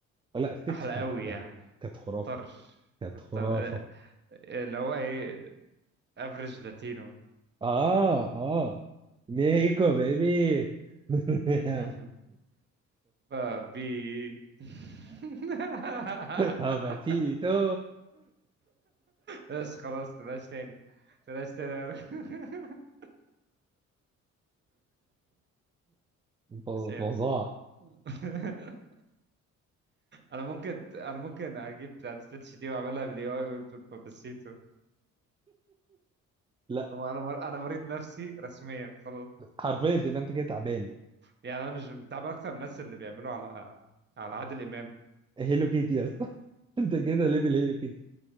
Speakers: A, on the right (about 15°); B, on the right (about 35°).
A: لا ستيتش
B: احلى
A: كانت
B: قوي يعني
A: كانت خرافة
B: طرش
A: كانت
B: كتر
A: خرافة
B: اللي هو ايه افريج لاتينو
A: اه اه ميكو بيبي <laughs>
B: <laughs> بابي <laughs>
A: Papacito
B: بس خلاص تلاش تاني تلاش تاني يا راجل. <laughs>
A: ف-
B: مش قادر
A: فظاع
B: <laughs> انا ممكن انا ممكن اجيب بتاعت ستيتش دي واعملها بالاي اي ويبقى باباسيتو
A: لا
B: انا انا مر- أنا مريض نفسي رسميا خلاص
A: حرفيا تبقى انت كده تعبان
B: يعني انا مش متعامل اكتر من الناس اللي بيعملوا على على عادل امام
A: هيلو كيتي يا اسطى <laughs> انت كده ليفل هيلو كيتي